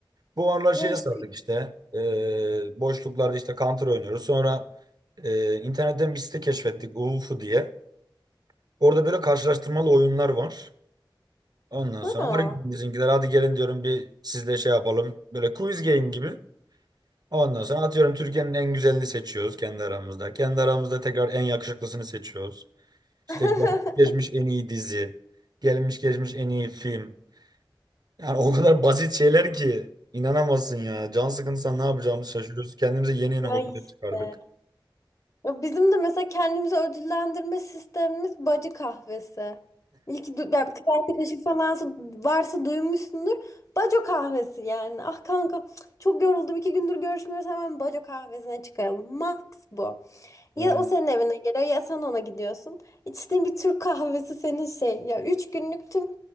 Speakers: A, on the right; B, on the left.
A: Bu aralar şeye
B: Ya işte
A: sardık işte e, boşluklarda işte Counter oynuyoruz. Sonra e, internetten bir site keşfettik UFO diye. Orada böyle karşılaştırmalı oyunlar var. Ondan
B: ha.
A: sonra arayın bizimkiler hadi gelin diyorum bir sizle şey yapalım. Böyle quiz game gibi. Ondan sonra atıyorum Türkiye'nin en güzelini seçiyoruz kendi aramızda. Kendi aramızda tekrar en yakışıklısını seçiyoruz. İşte
B: <laughs>
A: gelmiş geçmiş en iyi dizi. Gelmiş geçmiş en iyi film. Yani o kadar basit şeyler ki inanamazsın ya. Can sıkıntısı ne yapacağımızı şaşırıyoruz. Kendimize yeni yeni
B: Ya
A: hobiler
B: işte.
A: çıkardık.
B: Ya Bizim de mesela kendimizi ödüllendirme sistemimiz bacı kahvesi. İlk du- ya kız arkadaşı falan varsa duymuşsundur. Baco kahvesi yani. Ah kanka çok yoruldum iki gündür görüşmüyoruz hemen baco kahvesine çıkaralım. Max bu.
A: Ama
B: Ya o senin evine geliyor ya sen ona gidiyorsun. İçtiğin bir Türk kahvesi senin şey. Ya üç günlük tüm